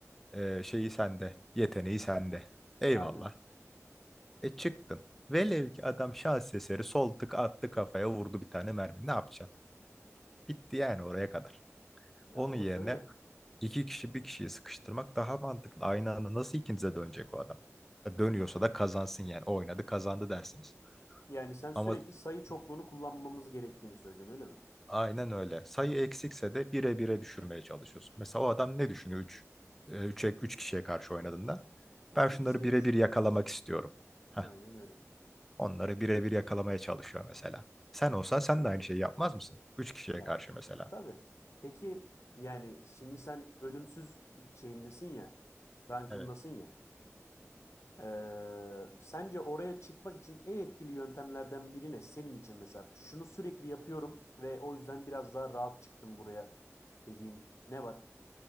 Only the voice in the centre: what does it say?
e, şeyi sende. Yeteneği sende. Eyvallah.
E çıktın. Velev ki adam şans eseri sol tık attı kafaya vurdu bir tane mermi. Ne yapacaksın? Bitti yani oraya kadar.
Onun
yerine
iki kişi bir kişiyi sıkıştırmak daha mantıklı. Aynı anda nasıl ikinize dönecek o adam? Ya Dönüyorsa da kazansın yani. O Oynadı kazandı dersiniz.
Ama
aynen öyle. Sayı eksikse de bire bire düşürmeye çalışıyorsun. Mesela o adam ne düşünüyor üç üç üç kişiye karşı oynadığında?
Ben şunları
birebir
yakalamak
istiyorum. Heh,
onları birebir yakalamaya çalışıyor mesela. Sen olsan sen de aynı şeyi yapmaz mısın? 3 kişiye
karşı mesela.
Evet.